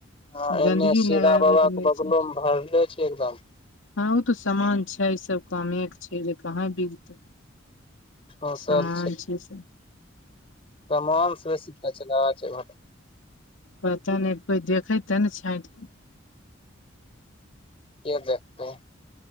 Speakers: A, on the left; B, on the left.
A: ह
B: गन्दगी
A: एमे सीरा
B: लगाबैके
A: बाबा
B: नहि
A: के बगलो
B: छै
A: मे भरले छैय एकदम।
B: हँ ओ तऽ सामान छैय सब कामे के छैय जे कहाँ बिगतै?
A: ठूसल
B: समान छैय से।
A: समानस बेसी कचरा छैय भरल।
B: पता नै कोइ देखे त न छैट
A: के देखतैय?